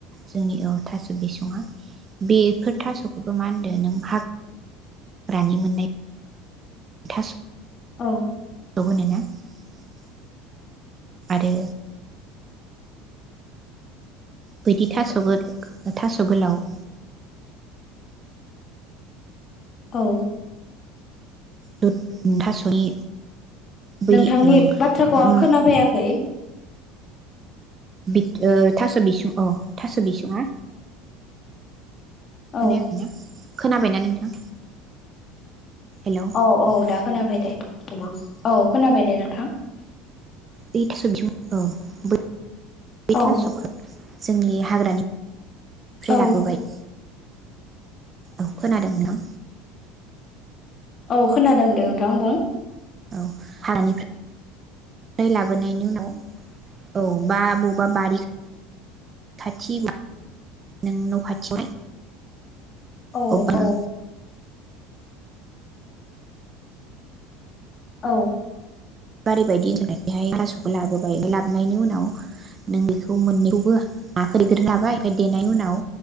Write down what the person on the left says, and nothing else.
औ
औ
नोंथांनि
बाथ्राखौ
आं खोनाफैयाखै।
औ
औ औ दा खोनाबाय दे। हेल' औ खोनाबाय दे नोंथां।
औ
औ
औ खोनादों दे नोंथां बुं।
औ
औ औ